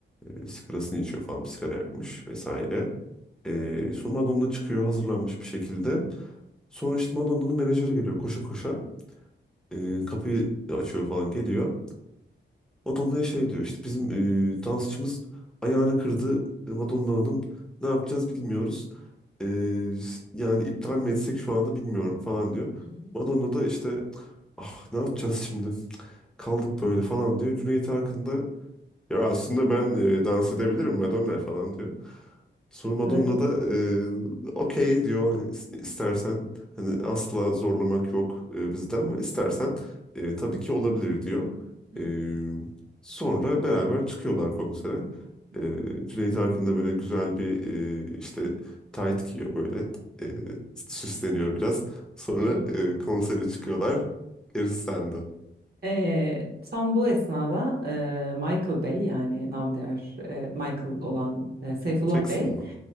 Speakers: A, in the centre; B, on the right (about 50°).
A: E, sigarasını içiyor falan. bir Sigara yakmış vesaire. E, sonra Madonna çıkıyor hazırlanmış bir şekilde. Sonra işte Madonna'nın menajeri geliyor koşa koşa. E, kapıyı açıyor falan geliyor. Madonna'ya şey diyor işte bizim e, dansçımız ayağını kırdı E, Madonna Hanım ne yapacağız bilmiyoruz. E, s- yani iptal mi etsek şu anda bilmiyorum falan diyor.
B: Hı hı. Hı
A: Madonna
B: hı.
A: da işte ah ne yapacağız şimdi kaldık böyle falan diyor. Cüneyt Arkın da ya aslında ben e, dans edebilirim Madonna falan diyor. Sonra Madonna
B: Evet.
A: da e, okey diyor hani is- istersen hani asla zorlamak yok e, bizden ama istersen e, tabii ki olabilir diyor.
B: Hı Evet.
A: E, sonra beraber çıkıyorlar konsere.
B: hı. Hı
A: E,
B: hı.
A: Cüneyt Arkın da böyle güzel bir e, işte tayt giyiyor böyle e, süsleniyor biraz. Sonra
B: Hı hı.
A: e,
B: Hı
A: konsere çıkıyorlar. Gerisi sende.
B: Ee, tam bu esnada e, Michael Bey yani namdiğer e, Michael olan e, Seyfullah
A: Çeksin
B: Bey
A: mi?